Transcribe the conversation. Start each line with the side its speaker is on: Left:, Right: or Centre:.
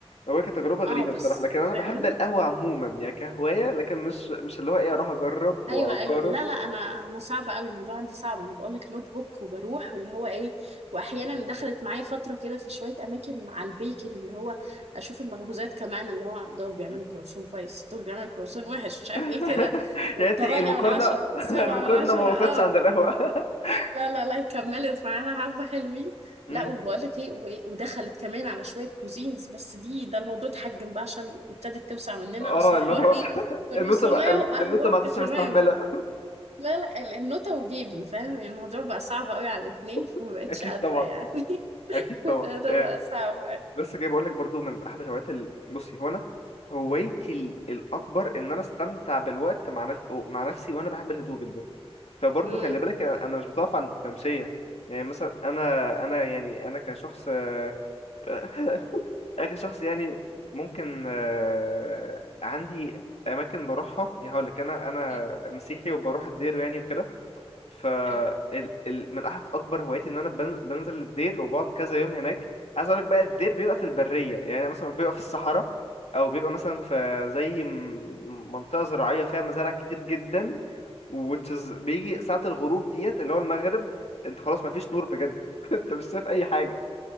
Left: هو كانت تجربة غريبة
Right: أه بس
Left: بصراحة لكن أنا
Right: فاهم
Left: بحب القهوة عموما يعني كهواية لكن مش مش اللي هو إيه أروح أجرب
Right: ايوه
Left: وأقارن
Right: ايوه لا لا انا انا صعبه قوي الموضوع عندي صعب انا بقول لك نوت بوك وبروح واللي هو ايه واحيانا
Left: مم.
Right: دخلت معايا فتره كده في شويه اماكن على البيكري اللي هو اشوف المخبوزات كمان اللي هو دول بيعملوا
Left: مم.
Right: كرواسون كويس دول بيعملوا كرواسون وحش مش عارف
Left: <laughs>
Right: ايه كده والثمانية
Left: يا ريتني المقارنة
Right: من عشرة
Left: <laughs>
Right: سبعة
Left: المقارنة
Right: من عشرة
Left: ما وقفتش
Right: اه
Left: عند القهوة <laughs>
Right: لا لا لا كملت معانا حبة حلوين
Left: مم.
Right: لا وبقول لك ايه و- ودخلت كمان على شوية كوزينز بس دي ده الموضوع اتحجم بقى عشان ابتدت توسع مننا
Left: اه
Right: اصل الحوار
Left: اللي هو
Right: ايه
Left: <laughs>
Right: كرواسونية
Left: النوتة بقى
Right: وقهوة
Left: النوتة ما
Right: فتمام
Left: عادتش مستحملة
Right: لا لا ال- النوتة وجيبي فاهم يعني الموضوع بقى صعب قوي على الاتنين <laughs> فما
Left: <laughs>
Right: بقتش
Left: أكيد
Right: قادرة
Left: طبعا
Right: يعني
Left: أكيد طبعا
Right: <laughs> الموضوع
Left: آه،
Right: بقى صعب قوي
Left: بس جاي بقول لك برضو من أحد الهوايات ال... بصي هو أنا هوايتي ال- الأكبر إن أنا أستمتع بالوقت مع نف... مع نفسي وأنا بحب الهدوء جدا فبرضه
Right: امم
Left: خلي بالك انا أنا مش بتوقف عند التمشية يعني مثلا انا انا يعني انا كشخص آه، <laughs> اخر شخص يعني ممكن آه، عندي اماكن بروحها يعني هقول لك انا انا
Right: أمم.
Left: مسيحي وبروح الدير يعني وكده ف
Right: حلو
Left: ال... ال... من احد اكبر هواياتي ان انا بن... بنزل الدير وبقعد كذا يوم هناك عايز اقول لك بقى الدير بيبقى في البريه يعني مثلا بيبقى في الصحراء او بيبقى مثلا في زي م- منطقه زراعيه فيها مزارع كتير جدا وتز... بيجي ساعه الغروب ديت اللي هو المغرب انت خلاص مفيش نور بجد <laughs> انت مش شايف اي حاجه